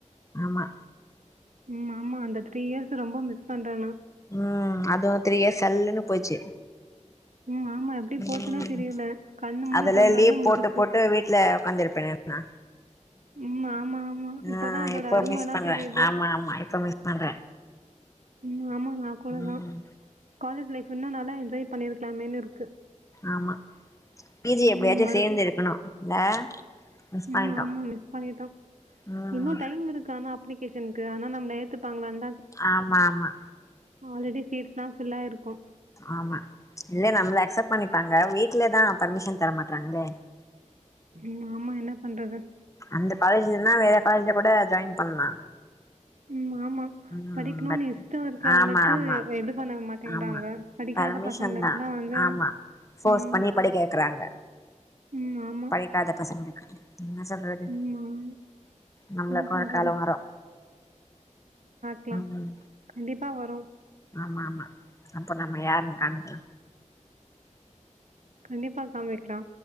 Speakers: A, on the left; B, on the right.
A: ஆமா
B: ம் ஆமா அந்த த்ரீ இயர்ஸ் ரொம்ப மிஸ் பண்றே நா
A: ம் அதுவு த்ரீ இயர்ஸ் சல்லுன்னு போச்சு
B: ம் ஆமா எப்டி
A: ம்
B: போச்சுன்னே தெரியல கண்ணு மூடி
A: அதுல
B: தொறந்தோனே
A: லீவ்
B: முடிஞ்சிருச்சு
A: போட்டு போட்டு வீட்ல உக்காந்திருப்பனே நா
B: ம் ஆமா ஆமா
A: ஆ
B: இப்பதா அதோட
A: இப்ப
B: அருமலா
A: மிஸ் பண்றே
B: தெரிது
A: ஆமா ஆமா இப்ப மிஸ் பண்றே
B: ம் ஆமா நா கூடதா
A: ம்
B: காலேஜ் லைஃப் இன்னு நல்லா என்ஜாய் பண்ணிருக்கலாமேன்னு இருக்
A: ஆமா பி ஜி எப்டியாச்சு
B: ம் மறுபடி
A: சேந்து இருக்கணு இல்ல மிஸ்
B: ம்
A: பண்ணிட்டோ
B: ஆமா மிஸ் பண்ணிட்டோ
A: ம்
B: இன்னு டைம் இருக்கு அனா அப்ளி கேஷன்க்கு அனா நம் ஏத்துப்பாங்களான்
A: ஆமா ஆமா
B: ஆல்ரெடி சீட்ஸ்லா ஃபில் ஆயிருக்கு
A: ஆமா இல்ல நம்ள அக்செப்ட் பண்ணிப்பாங்க வீட்லதா பர்மிஷன் தர மாட்றாங்களே
B: ம் ஆமா என்ன பண்றது
A: அந்த காலேஜ் இல்னா வேற காலேஜ்ல கூட ஜாய்ன் பண்லா
B: ம்மா ஆமா
A: ம்
B: படிக்ணூனு
A: பட்
B: இஷ்டொ இருக்குறவங்களுக்கு
A: ஆமா ஆமா
B: எது பண்ண மாட்டேங்குறாங்க
A: ஆமா
B: படிக்காத
A: பர்மிஷன்
B: பசங்களுக்லா
A: தா
B: வந்து
A: ஆமா ஃபோர்ஸ்
B: ம்
A: பண்ணி படிக்க வெக்கிறாங்க
B: ம் ஆமா
A: படிக்காத பசங்களுக்கு என்ன சொல்றது
B: ம் ஆமா
A: நம்ளுக்கு
B: என்ன பண்றது
A: ஒரு காலொ வரு
B: க்லா
A: ம்
B: கண்டிப்பா வரு
A: ஆமா ஆமா அப்போ நம்ம யாருன் காமிக்லா
B: கண்டிப்பா காமிக்லா